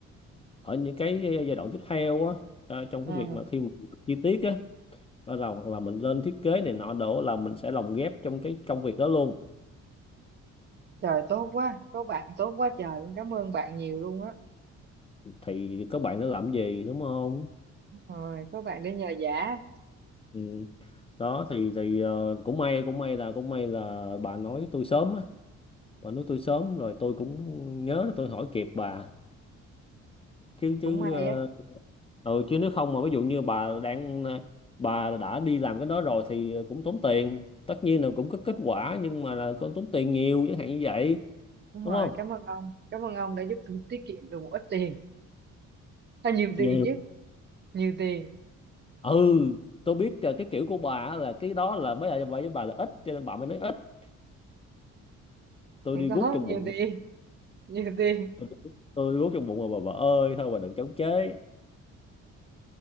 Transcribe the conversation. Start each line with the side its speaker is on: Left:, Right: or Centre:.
Left: ở những cái giai đoạn tiếp theo á ờ, trong
Right: ừ.
Left: cái việc mà khi mà chi tiết á bắt đầu hoặc là mình lên thiết kế này nọ đổ là mình sẽ lồng ghép trong cái công việc đó luôn
Right: trời tốt quá có bạn tốt quá trời luôn cảm ơn bạn nhiều luôn á
Left: thì các bạn nó làm gì đúng không
Right: rồi có bạn để nhờ vả
Left: ừ. đó thì thì ờ, cũng may cũng may là cũng may là bà nói tôi sớm á bà nói tôi sớm rồi tôi cũng nhớ là tôi hỏi kịp bà chứ
Right: cũng
Left: chứ
Right: may
Left: ờ,
Right: á
Left: ừ chứ nếu không mà ví dụ như bà đang ờ, bà đã đi làm cái đó rồi thì cũng tốn tiền tất nhiên là cũng có kết quả nhưng mà là cũng tốn tiền nhiều chẳng hạn như vậy
Right: đúng
Left: đúng
Right: rồi
Left: không
Right: cảm ơn ông cảm ơn ông đã giúp tôi tiết kiệm được một ít tiền hay nhiều tiền
Left: nhiều
Right: chứ nhiều tiền
Left: ừ tôi biết ờ, cái kiểu của bà á là cái đó là bây giờ bà với bà là ít cho nên bà mới nói ít tôi
Right: không
Left: đi
Right: có
Left: guốc trong
Right: nhiều
Left: bụng
Right: tiền nhiều tiền
Left: tôi đi guốc, tôi đi guốc trong bụng mà bà bà ơi thôi bà đừng chống chế